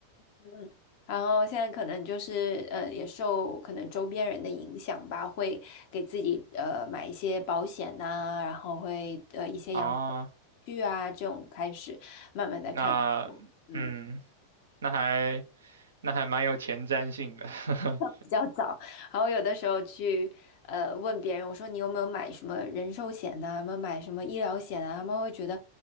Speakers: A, on the left; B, on the right.
A: 嗯，然后现在可能就是呃，也受可能周边人的影响吧，会给自己呃买一些保险呐、然后会呃一些养老。
B: 啊。
A: 具啊这种开始慢慢的开始。
B: 那嗯，
A: 嗯
B: 那还那还蛮有前瞻性的。<laughs>
A: 比较早，然后有的时候去呃问别人，我说你有没有买什么人寿险呐、有没有买什么医疗险啊？他们会觉得，